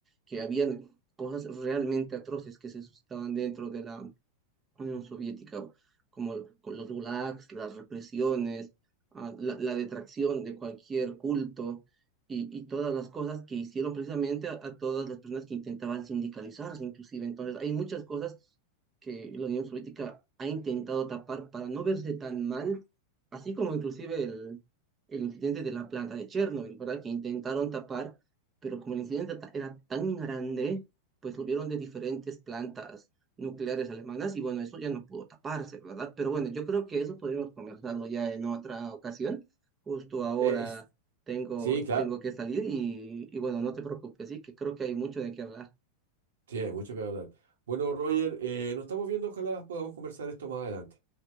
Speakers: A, on the right (about 20°); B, on the right (about 65°).
A: Que habían cosas realmente atroces que se suscitaban dentro de la, Unión Soviética, como con los gulags, las represiones, ah, la, la detracción de cualquier culto y, y todas las cosas que hicieron precisamente a, a todas las personas que intentaban sindicalizarse, inclusive. Entonces, hay muchas cosas que la Unión Soviética ha intentado tapar para no verse tan mal, así como inclusive el, el incidente de la planta de Chernobyl, ¿verdad? Que intentaron tapar, pero como el incidente ta- era tan grande, pues lo vieron de diferentes plantas nucleares alemanas y bueno, eso ya no pudo taparse, ¿verdad? Pero bueno, yo creo que eso podríamos conversarlo ya en otra ocasión. Justo ahora
B: Eh, es-
A: tengo,
B: Sí, claro,
A: tengo que salir y, y bueno, no te preocupes, sí, que creo que hay mucho de qué hablar.
B: Sí, hay mucho que hablar. Bueno, Roger, eh, nos estamos viendo. Ojalá podamos conversar esto más adelante.